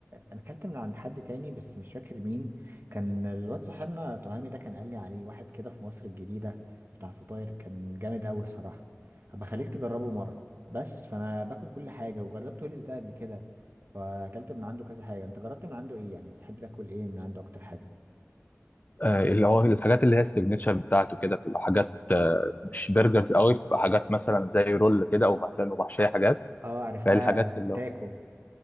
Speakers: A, on the right; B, on the left.
A: أنا أكلت من عند حد تاني بس مش فاكر مين كان الواد صاحبنا تهامي ده كان قال لي عليه واحد كده في مصر الجديدة بتاع فطاير كان جامد أوي الصراحة هبقى خليك تجربه مرة بس فأنا باكل كل حاجة وجربت هوليس ده قبل كده فأكلت من عنده كذا حاجة أنت جربت من عنده إيه يعني بتحب تاكل إيه من عنده أكتر حاجة؟
B: آه، اللي هو الحاجات اللي هي السيجنتشر بتاعته كده بتبقى حاجات آه، مش برجرز قوي بتبقى حاجات مثلا زي رول كده او مثلا ومحشيه حاجات
A: اه عرفتها
B: فهي الحاجات اللي
A: تاكو
B: هو